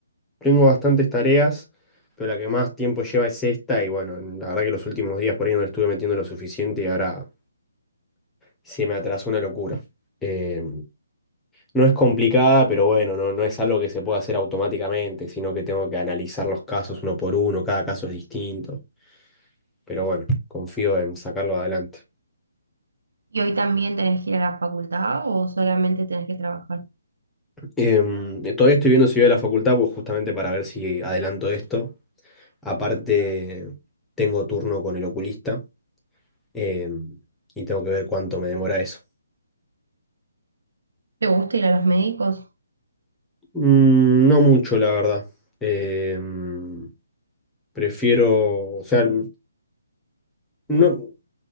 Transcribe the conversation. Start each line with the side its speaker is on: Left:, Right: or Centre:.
Centre: tengo bastantes tareas, pero la que más tiempo lleva es esta y bueno, la verdad que los últimos días por ahí no le estuve metiendo lo suficiente y ahora se me atrasó una locura. Eh, no es complicada, pero bueno, no, no es algo que se pueda hacer automáticamente, sino que tengo que analizar los casos uno por uno, cada caso es distinto, pero bueno, confío en sacarlo adelante.
Right: ¿Y hoy también tenés que ir a la facultad o solamente tenés que trabajar?
Centre: Em, todavía estoy viendo si voy a la facultad, pues justamente para ver si adelanto esto. Aparte, tengo turno con el oculista em, y tengo que ver cuánto me demora eso.
Right: ¿Te gusta ir a los médicos?
Centre: Mm, no mucho, la verdad. Em, prefiero, o sea, no,